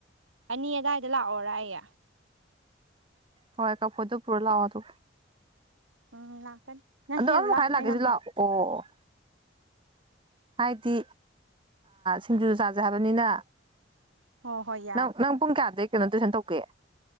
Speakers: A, on the right; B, on the right.
A: ꯑꯅꯤ ꯑꯗꯨꯋꯥꯏꯗ ꯂꯥꯛꯑꯣꯔ ꯑꯩ
B: ꯍꯣꯏ ꯀꯥꯝꯐꯣꯠꯨ ꯄꯨꯔ ꯂꯥꯎꯑꯣ ꯇꯨ
A: ꯎꯝ ꯂꯥꯛꯀꯅꯤ ꯅꯪ
B: ꯑꯗꯣ
A: ꯍꯦꯕ
B: ꯑꯃ ꯃꯈꯥꯏ
A: ꯂꯥꯛ
B: ꯂꯥꯛꯀꯦꯁꯨ
A: ꯑꯩ ꯉꯝꯗꯦ
B: ꯂꯥꯛꯑꯣ ꯍꯥꯏꯗꯤ ꯁꯤꯡꯖꯨ ꯆꯥꯖꯦ ꯍꯥꯏꯕꯅꯤꯅ
A: ꯍꯣꯏ ꯍꯣꯏ ꯌꯥꯔꯦ
B: ꯅꯪ ꯅꯪ ꯄꯨꯡ ꯀꯌꯥꯗꯒꯤ ꯀꯩꯅꯣ ꯇꯨꯏꯁꯟ ꯇꯧꯀꯦ